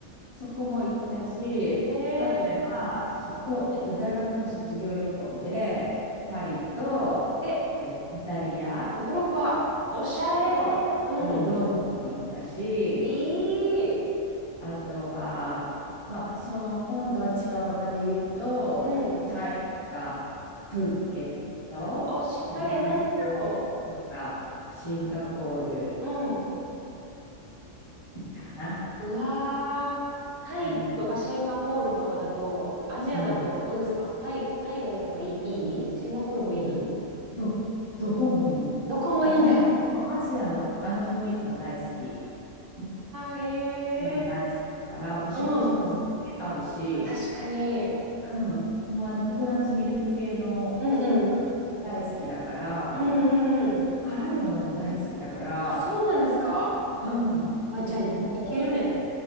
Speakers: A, on the left; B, on the right.
A: そこも行ったし、
B: へえ。
A: あとは、そこ、えっと、大学の卒業旅行で、パリと、
B: え、
A: えっと、イタリア
B: ヨーロッパ、おしゃれー。
A: と、
B: うん。
A: うんロンドンも行ったし、
B: いい。
A: あとは、まあ、その今度は近場で言うと、
B: うん。
A: まあ、タイとかプーケット、
B: お、しっかりアジアも。
A: バリ島とかシンガポール
B: うん。
A: 行ったかな。
B: うわー。タイとかシンガポールとかだと、
A: うん、
B: アジアだとどうですかタイ、
A: うん、
B: タイがやっぱいい、いいシンガポールもいい
A: ど、どどこもいい。
B: どこもいいんだ。
A: 私、もうアジアのあの雰囲気も大好き。も
B: あー、
A: うも大好きだから、
B: ええ
A: もう食事も全然合うし、
B: ー。うん。まあ、確かに。
A: うん、もうあのココナッツミルク系の
B: うんうん。
A: 大好きだから、
B: うんうんうん。
A: 辛いものも大好きだから、
B: あ、そうなんですか
A: うん、
B: まあ、じゃあ、いけるね。
A: も